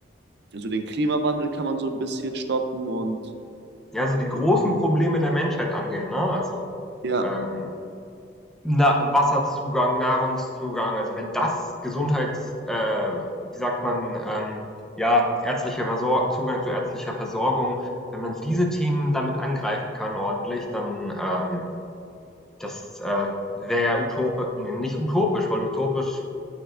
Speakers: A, on the right (about 60°); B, in the centre.
A: also den Klimawandel kann man so ein bisschen stoppen und
B: Ja, also die großen Probleme der Menschheit angehen, ne? Also
A: ja,
B: ähm, Na Wasserzugang, Nahrungszugang, also wenn das Gesundheits, äh, wie sagt man, ähm, ja, ärztlicher Versor Zugang zu ärztlicher Versorgung, wenn man diese Themen damit angreifen kann ordentlich, dann ähm, das äh, wäre ja utopi ne, nicht utopisch, weil utopisch